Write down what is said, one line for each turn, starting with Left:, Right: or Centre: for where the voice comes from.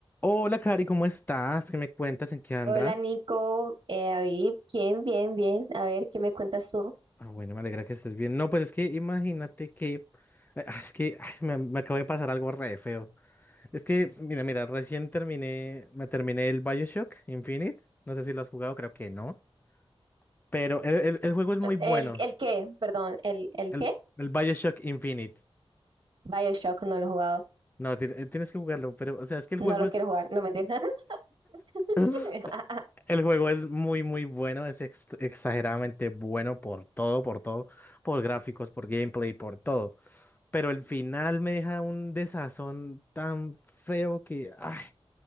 Left: Hola, Cari, ¿cómo estás? ¿Qué me cuentas? ¿En qué andas?
Right: Hola Nico, eh, David, ¿quién? Bien, bien. A ver, ¿qué me cuentas tú?
Left: Ah, bueno, me alegra que estés bien. No, pues es que imagínate que... eh, ah, Es que ay, me, me acabo de pasar algo re feo. Es que, mira, mira, recién terminé, me terminé el BioShock Infinite. No sé si lo has jugado, creo que no. Pero el, el- el juego es muy bueno.
Right: ¿El, el qué? Perdón, ¿el, el
Left: El,
Right: qué?
Left: el BioShock Infinite.
Right: BioShock, no lo he jugado.
Left: No, ti- eh, tienes que jugarlo, pero, o sea, es que el
Right: No
Left: juego
Right: lo
Left: es...
Right: quiero jugar, no me entiendes. <laughs>
Left: <laughs> El juego es muy, muy bueno, es ex- exageradamente bueno por todo, por todo, por gráficos, por gameplay, por todo. Pero el final me deja un desazón tan feo que, ay,